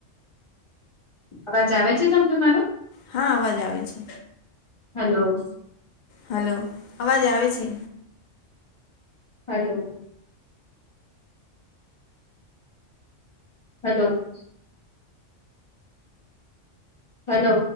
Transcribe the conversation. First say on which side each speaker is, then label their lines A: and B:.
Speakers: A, on the left; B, on the left.
A: અવાજ આવે છે તમને મારું
B: હા અવાજ આવે છે
A: હેલો
B: હલો અવાજ આવે છે
A: હલો હલો હલો